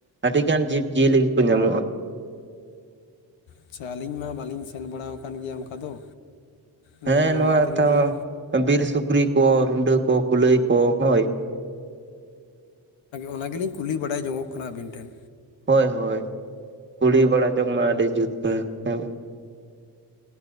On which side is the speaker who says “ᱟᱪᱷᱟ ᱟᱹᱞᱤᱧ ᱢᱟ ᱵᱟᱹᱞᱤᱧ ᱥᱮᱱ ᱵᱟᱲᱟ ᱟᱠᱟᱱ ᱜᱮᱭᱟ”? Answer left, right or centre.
Left